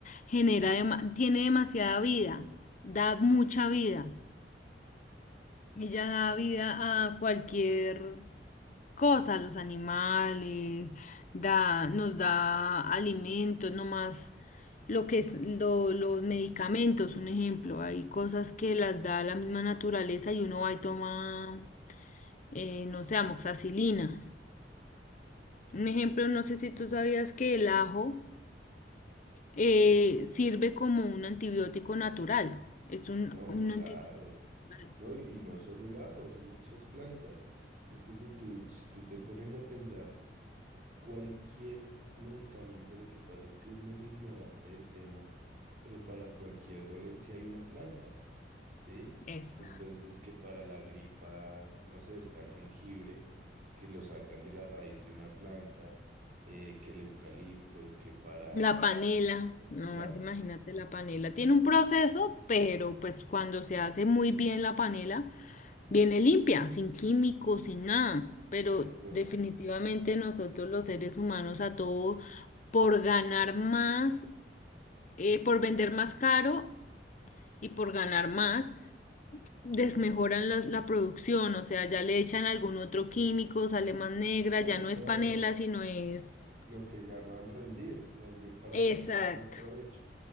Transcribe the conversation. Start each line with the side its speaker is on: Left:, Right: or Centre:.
Left: genera, dema- tiene demasiada vida, da mucha vida. Ella da vida a cualquier cosa, los animales, da, nos da alimentos, no más lo que es lo- los medicamentos, un ejemplo. Hay cosas que las da la misma naturaleza y uno va y toma, eh, no sé, amoxicilina. Un ejemplo, no sé si tú sabías que el ajo eh, sirve como un antibiótico natural. Es un,
Right: No,
Left: un
Right: claro.
Left: antibiótico natural.
Right: No, y, y no solo el ajo, así muchas plantas. Es que si tú, si tú te pones a pensar cualquier medicamento, lo que pasa es que uno es ignorante del tema, pero para cualquier dolencia hay una planta, ¿sí?
Left: Eso.
Right: Entonces que para la gripa, no sé, está el jengibre, que lo sacan de la raíz de una planta, eh, que el eucalipto, que para...
Left: La panela, no
Right: la
Left: más imagínate la panela. Tiene un proceso, pero pues cuando se hace muy bien la panela, viene limpia, sin químicos, sin nada. Pero
Right: Es correcto.
Left: definitivamente nosotros los seres humanos a todo por ganar más, eh, por vender más caro y por ganar más, desmejoran los- la producción. O sea, ya le echan algún otro químico, sale más negra,
Right: No,
Left: ya no
Right: claro.
Left: es panela, sino es...
Right: Lo que llaman rendir, rendir para
Left: Exacto.
Right: sacarle más provecho.